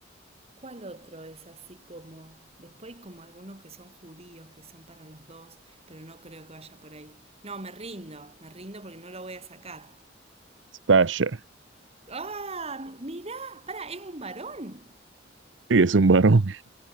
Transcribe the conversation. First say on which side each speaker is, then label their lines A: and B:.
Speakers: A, on the right; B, on the right.
A: ¿cuál otro es así como... Después hay como algunos que son judíos, que son para los dos, pero no creo que vaya por ahí. No, me rindo, me rindo porque no lo voy a sacar.
B: Sasha,
A: ¡Ah! mi- Mirá, para, es un varón.
B: y es un varón.